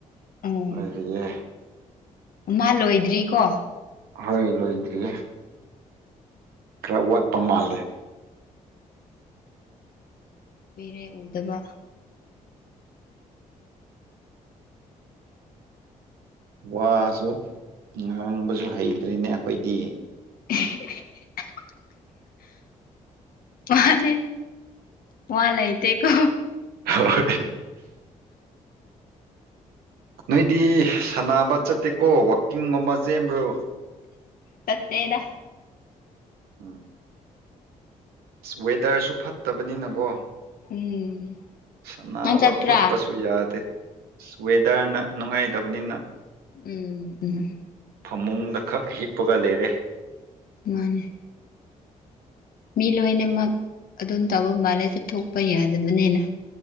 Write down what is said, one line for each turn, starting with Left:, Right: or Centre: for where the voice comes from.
Left: ꯑꯣ
Right: ꯂꯩꯔꯤꯌꯦ
Left: ꯃꯥ ꯂꯣꯏꯗ꯭ꯔꯤꯀꯣ
Right: ꯍꯣꯏ ꯂꯣꯏꯗ꯭ꯔꯤꯌꯦ ꯈꯔ ꯋꯥꯠꯄ ꯃꯥꯜꯂꯦ
Left: ꯄꯔꯦ ꯎꯗꯕ
Right: ꯋꯥꯁꯨ ꯉꯥꯡꯕꯁꯨ ꯍꯩꯇ꯭ꯔꯔꯤꯅꯦ ꯑꯩꯈꯣꯏꯗꯤ
Left: <inaudible> ꯋꯥꯅꯦ ꯋꯥꯍ ꯂꯩ ꯇꯀꯣ
Right: ꯍ ꯅꯣꯏꯗꯤ ꯁꯥꯟꯅꯕ ꯆꯠꯇꯦꯀꯣ ꯋꯥꯛꯀꯤꯡꯒꯨꯝꯕ ꯆꯦꯟꯕ꯭ꯔꯣ
Left: ꯐꯠꯇꯦꯗ
Right: ꯑ ꯋꯦꯗꯔꯁꯨ ꯐꯠꯇꯕꯅꯤꯅꯀꯣ
Left: ꯎꯝ
Right: ꯁꯅꯥ
Left: ꯅꯪ ꯆꯠꯄ꯭ꯔꯥ
Right: ꯋꯥꯈꯣ ꯄꯁꯨ ꯌꯥꯗꯦ ꯑꯁ ꯋꯦꯗꯔꯅ ꯅꯨꯡꯉꯥꯏꯇꯕꯅꯤꯅ
Left: ꯎꯝ ꯎꯝ
Right: ꯐꯃꯨꯡꯗ ꯈꯛ ꯍꯤꯞꯄꯒ ꯂꯩꯔꯦ
Left: ꯃꯥꯅꯦ ꯃꯤ ꯂꯣꯏꯅꯃꯛ ꯑꯗꯨꯝ ꯇꯧꯕ ꯃꯥꯜꯂꯦ ꯆꯠ ꯊꯣꯛꯣꯛꯄ ꯌꯥꯗꯕꯅꯤꯅ